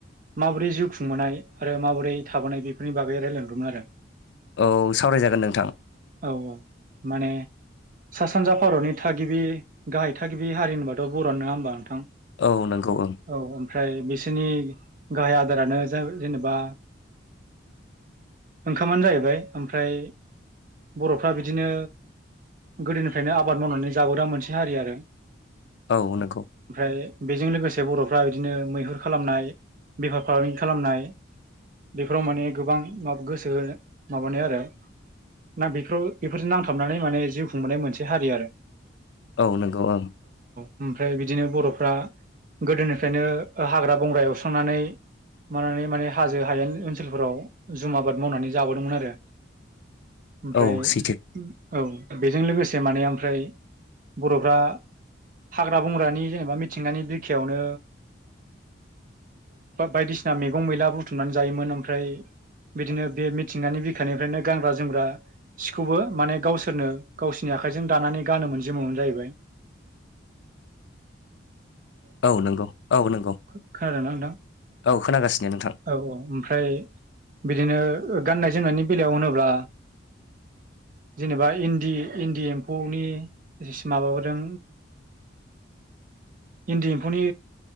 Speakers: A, on the right (about 45°); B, on the left (about 65°).
A: माबोरै जिउ खुंबोनाय आरो माबोरै थाबोनाय बेफोरनि बागै रायजलायदोंमोन आरो
B: औ सावरायजागोन नोंथां
A: औ औ माने सा सानजा भारतनि थागिबि गाहाय थागिबि हारि होनबाथ बर' नङा होनबा नोंथां
B: औ नंगौ ओं
A: औ ओमफ्राय बिसोरनि गाहाय आदारानो जेनेबा ओंखामानो जाहैबाय ओमफ्राय बर'फ्रा बिदिनो गोदोनिफ्रायनो आबाद मावनानै जाबोोग्रा मोनसे हारि आरो
B: औ नंगौ
A: ओमफ्राय बेजों लोगोसे बर'फ्रा बिदिनो मैहुर खालामनाय बेफार फालांगि खालामनाय बेफोराव माने गोबां गोसो माबानाय आरो ना बेफोराव बेफोरजों नांथाबनानै माने जिउ खुंबोनाय मोनसे हारि आरो
B: औ नंगौ औ
A: ओमफ्राय बिदिनो बर'फ्रा गोदोनिफ्रायनो हाग्रा बंग्रा एवस्रांनानै मानानै माने हाजो हायेन ओनसोलफोराव जुम आबाद मावनानै जाबोदोंमोन आरो ओमफ्राय
B: औ सैथो
A: औ बेजों लोगोसे माने ओमफ्राय बर'फ्रा हाग्रा बंग्रानि जेनेबा मिथिंगानि बिखायावनो बायदिसिना मैगं मैला बुथुमनानै जायोमोन ओमफ्राय बिदिनो बे मिथिंगानि बिखानिफ्रायनो गानग्रा जोमग्रा सिखौबो माने गावसोरनो गावसोरनि आखायजों दानानै गानोम मोन <unintelligible> जाहैबाय
B: औ नंगौ औ नंगौ
A: खोनादों ना नोंथां
B: औ खोनागासिनो नोंथां
A: औ औ ओमफ्राय बिदिनो गाननाय जोमनायनि बेलायाव होनोब्ला जेनेबा इन्दि इन्दि एम्फौनि माब होदों इन्दि एम्फौनि